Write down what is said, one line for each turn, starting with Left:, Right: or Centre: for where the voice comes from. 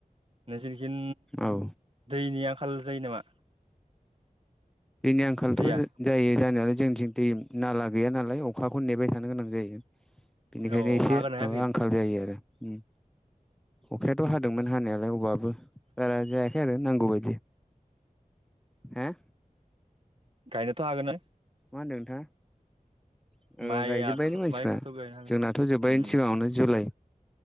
Right: नोंसिनिखिन
Centre: औ
Right: दैनि आंखाल जायो नामा?
Centre: दैनि आंखालथ'
Right: दैया
Centre: जायो जानायालाय जोंनिथिं दै नाला गैया नालाय अखाखौनो नेबाय थानो गोनां जायो। बेनिखायनो
Right: औ
Centre: एसे
Right: अखा हागोना हायाखै
Centre: माबा आंखाल जायो आरो उम अखाया थ' हादोंमोन हानायालाय अबाबो बारा जायाखै आरो नांगौबायदि हे
Right: गायनोथ' हागोन ना
Centre: मा होनदों नोंथाङा औ
Right: माइया
Centre: गायजोब्बायनो मानसिफ्रा
Right: माइखौथ' गायनो हागोन
Centre: जोंनाथ' जोब्बायनो
Right: उम
Centre: सिगाङावनो जुलाइ